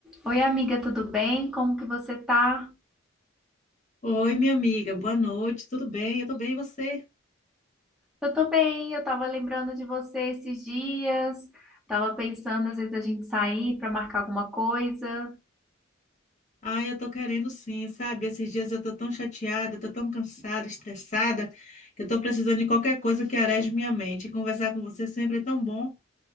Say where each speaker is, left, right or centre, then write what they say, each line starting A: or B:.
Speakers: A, in the centre; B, on the left (about 35°).
A: Oi, amiga, tudo bem? Como que você tá?
B: Oi, minha amiga, boa noite, tudo bem? Eu tô bem, e você?
A: Eu tô bem, eu tava lembrando de você esses dias, tava pensando às vezes a gente sair pra marcar alguma coisa.
B: Ah, eu tô querendo sim, sabe? Esses dias eu tô tão chateada, eu tô tão cansada, estressada, que eu tô precisando de qualquer coisa que areje minha mente. E conversar com você sempre é tão bom.